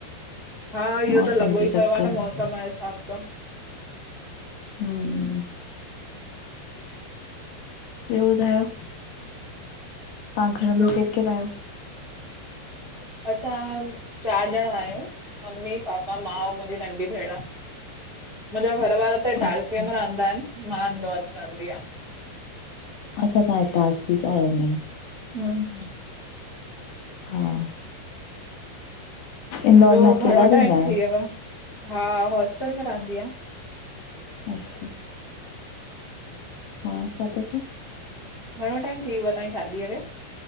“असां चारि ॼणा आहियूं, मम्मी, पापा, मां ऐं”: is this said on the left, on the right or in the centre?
Right